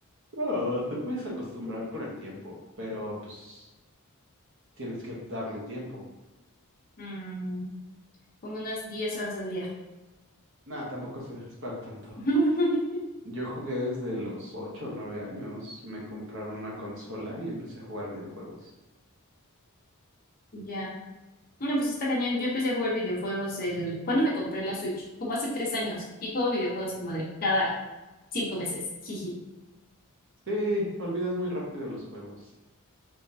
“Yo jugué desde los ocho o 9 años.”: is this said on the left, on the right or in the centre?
Right